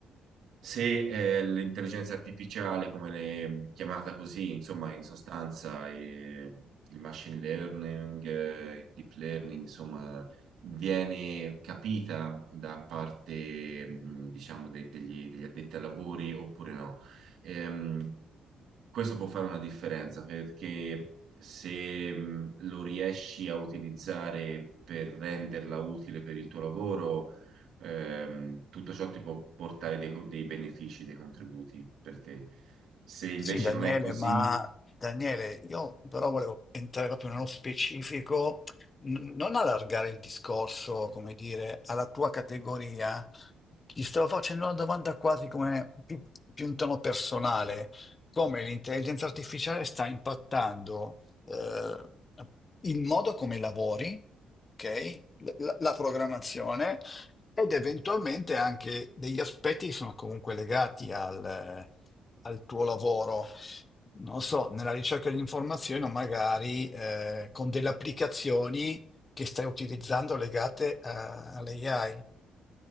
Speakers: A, on the right; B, on the left.
A: Se eh, l'intelligenza artificiale, come l'è chiamata così, insomma, in sostanza eh, il machine learning, eh, il deep learning, insomma, viene capita da parte, mh, diciamo, de- degli, degli addetti ai lavori oppure no. Ehm, questo può fare una differenza perché se mh, lo riesci a utilizzare per renderla utile per il tuo lavoro ehm, tutto ciò ti può portare dei, co- dei benefici, dei contributi per te. Se invece
B: Sì, Daniele,
A: non è così,
B: ma Daniele, io però volevo entrare proprio nello specifico, n- non allargare il discorso, come dire, alla tua categoria. Ti stavo facendo una domanda quasi come più, più in tono personale, come l'intelligenza artificiale sta impattando eh, il modo come lavori, ok? La, la- la programmazione ed eventualmente anche degli aspetti che sono comunque legati al, al tuo lavoro. Non so, nella ricerca di informazioni o magari eh, con delle applicazioni che stai utilizzando legate a- all'AI.